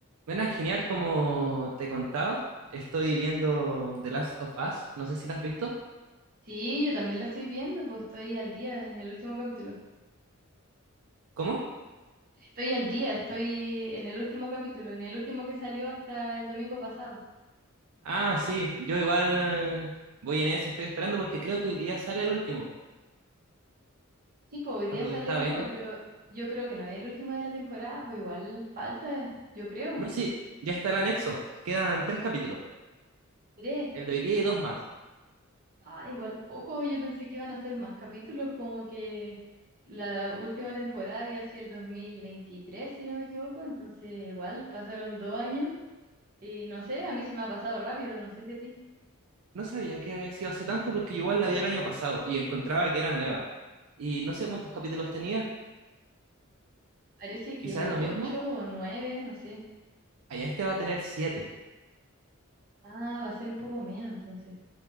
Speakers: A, on the right; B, on the right.
A: Bueno, genial, como te contaba, estoy viendo The Last of Us, no sé si la has visto.
B: Sí, yo también la estoy viendo, pues estoy al día en el último capítulo.
A: ¿Cómo?
B: Estoy al día, estoy en el último capítulo, en el último que salió hasta el domingo pasado.
A: Ah, sí, yo igual voy en ese, estoy esperando porque creo que hoy día sale el último,
B: Sí, pues hoy
A: por
B: día
A: lo
B: sale
A: que estaba
B: uno,
A: viendo.
B: pero yo creo que no es el último de la temporada, pues igual falta, yo creo,
A: No, sí, ya está el anexo, quedan tres capítulos,
B: tres.
A: el de hoy día y dos más.
B: Ah, igual poco, yo pensé que iban a hacer más capítulos, como que la última temporada había sido el 2023, si no me equivoco, entonces igual pasaron dos años y no sé, a mí se me ha pasado rápido, no sé si a ti.
A: No sabía que había sido hace tanto porque yo igual la vi el año pasado y encontraba que era nueva. Y no sé cuántos capítulos tenía,
B: Parece
A: quizás
B: que
A: lo
B: ocho
A: mismo,
B: o nueve, no sé.
A: allá este va a tener siete.
B: Ah, va a ser un poco menos entonces.